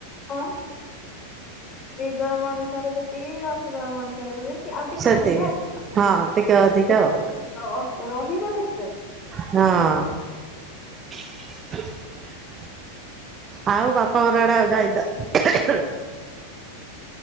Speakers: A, on the left (about 30°); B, on the right (about 25°).
A: ହଁ ଦି ଜଣ ମଣିଷର ଯେ ତି କ ଦଶ ଜଣ ମଣିଷରେ ବି ଆଉ ଟିକେ
B: ସେତିକି
A: ଅଧିକା
B: ହଁ ଟିକେ ଅଧିକା
A: ।
B: ଆଉ
A: ରହିବ ନିଶ୍ଚୟ ।
B: ହଁ <inaudible> ଆଉ ବାପା ଘର ଆଡେ ଆଉ ଯାଇନ? <unintelligible>